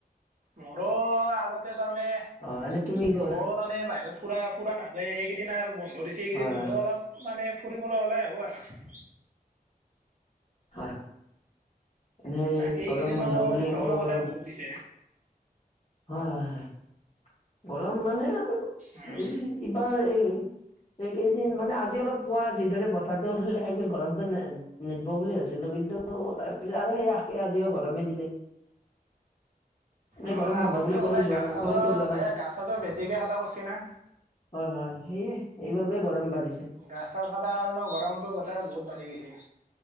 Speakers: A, on the right (about 55°); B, on the left (about 35°).
A: মোৰো আগতে, তাৰমানে
B: অ এনে তুমি কি কৰা
A: মোৰ। তাৰমানে বাহিৰত ফুৰা ফুৰা নাযায় এইকেইদিন, আৰু বন্ধ দিছে এইকেইদিন
B: হয় হয়
A: ময়ো অলপ। মানে ফুৰিবলৈ ওলাই আহোঁ আৰু।
B: হয় এনে
A: বাকী এইকেইদিনো
B: গৰম বন্ধ বুলি
A: গৰমৰ
B: ক'লে
A: গটাই
B: গ'লে হয়,
A: বহুত দিছে,
B: হয়, হয়। গৰম মানে আৰু
A: উম।
B: এই এইবাৰ এই। এইকেইদিন মানে আজি অলপ, পোৱা যিদৰে বতৰতো <unintelligible> গৰমটো নিদব বুলি ভাবছিলো কিন্তু তাৰপিছত আৰু সেই একে আজিও গৰমে দিলে এনে
A: অ
B: গৰম বন্ধ
A: আগতকে
B: বুলি কলৈ
A: কটাই
B: যোৱা
A: গাছ
B: নাই
A: চাজৰ
B: কলৈকো যোৱা নাই
A: এ গাছ চাছৰ বেছিকৈ কটা কৰিছে না
B: হয় হয় সেয়ে সেইবাবে গৰম বাঢ়িছে
A: গাছ চাছ কাটাৰ কাৰণে গৰমটো গোটেই বহুত বাঢ়ি গৈছে